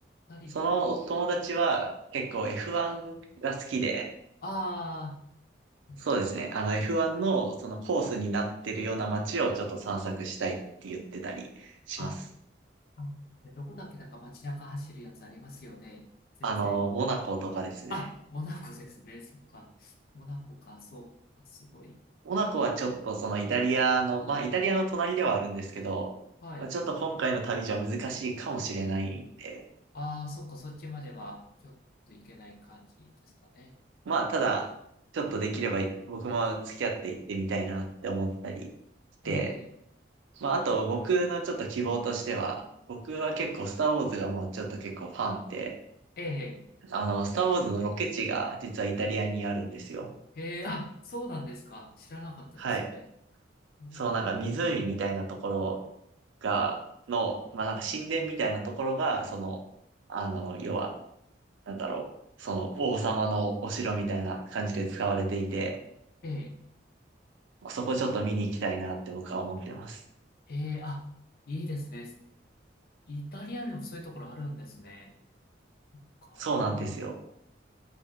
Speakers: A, on the left; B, on the right.
A: 二人で。
B: その友達は結構 F1 が好きで、
A: ああー、
B: そうですね。
A: なるほど。
B: あの F1 のそのコースになってるような街をちょっと散策したいって言ってたりします。
A: あ、あでどこだっけなんか街中走るやつありますよね。全然。
B: あの、モナコとかですね。
A: あ、モナコですね。そっか。モナコか、そうか、すごい。
B: モナコはちょっとそのイタリアの、
A: うん
B: まあイタリアの隣ではあるんですけど、
A: はい。
B: まあ、ちょっと今回の旅じゃ難しいかもしれないんで、
A: ああ、そっか、そっちまでは、ちょっと行けない感じですかね。
B: まあ、ただ、ちょっとできれば僕も付き合っていってみたいなって思ったりして、
A: ええ、
B: まあ、あと僕のちょっと希望としては、僕は結構スターウォーズがもうちょっと結構ファンで、
A: ええ、
B: あの、スターウォーズのロケ地が実はイタリアにあるんですよ。
A: ええ、ええあ、そうなんですか。知らなかったです、
B: はい。
A: それ。うん
B: そう、なんか湖みたいなところが、の、まあ、なんか神殿みたいなところが、その、あの、要は、なんだろう、その王様のお城みたいな感じで使われていて、
A: ええ、
B: そこちょっと見に行きたいなって僕は思ってます。
A: ええ、あ、いいですね。イタリアにもそういうところあるんですね。か、
B: そうなんですよ。
A: ええ、